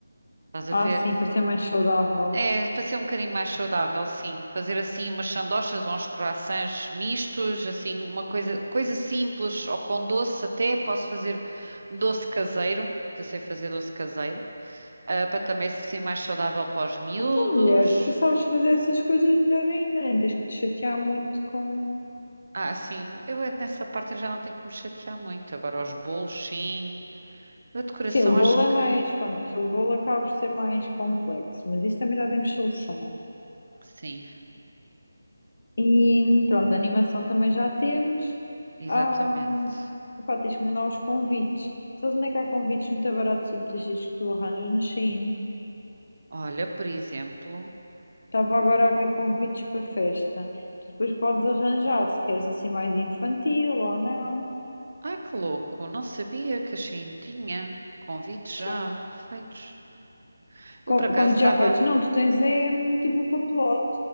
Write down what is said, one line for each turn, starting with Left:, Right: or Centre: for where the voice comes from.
Right: estás a
Left: Ah,
Right: ver?
Left: sim, para ser mais saudável.
Right: É, para ser um bocadinho mais saudável, sim. Fazer assim umas sandochas ou uns croissants mistos, assim, uma coisa, coisa simples ou com doce até. Posso fazer doce caseiro, que eu sei fazer doce caseiro ah, para também ser mais saudável para os miúdos.
Left: Então, mulher, se tu sabes fazer essas coisas melhor ainda, nem tens que te chatear muito com.
Right: Ah, sim, eu eh, nessa parte eu já não tenho que me chatear muito. Agora, os bolos, sim. A decoração,
Left: Sim, o bolo
Right: acho
Left: é
Right: que
Left: mais, pronto, o bolo acaba por ser mais complexo, mas isso também já temos solução.
Right: sim,
Left: E pronto, a animação também já temos.
Right: exatamente.
Left: Ah, pá, tens que mandar os convites. Sabes onde é que há convites muito baratos e muitas vezes que tu arranjas na Shein?
Right: Olha, por exemplo,
Left: Estava agora a ver convites para festa. Tu depois podes arranjar se queres assim mais infantil ou não.
Right: ai que louco, não sabia que a Shein tinha convites
Left: Sim,
Right: já feitos.
Left: Com-
Right: Eu por
Left: convites
Right: acaso estava.
Left: já feitos. Não, tu tens é hum, tipo o papelote.